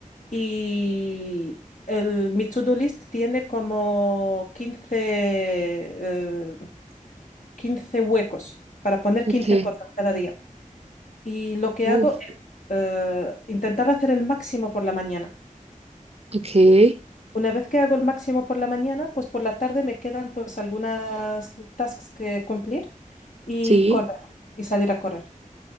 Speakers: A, on the left; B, on the right.
A: Y el, mi to-do list tiene como 15 eh, 15 huecos para poner
B: ok,
A: 15 cosas cada día. Y lo que
B: uf,
A: hago es eh, intentar hacer el máximo por la mañana.
B: ok,
A: Una vez que hago el máximo por la mañana, pues por la tarde me quedan pues algunas tasks que cumplir y
B: sí,
A: correr y salir a correr.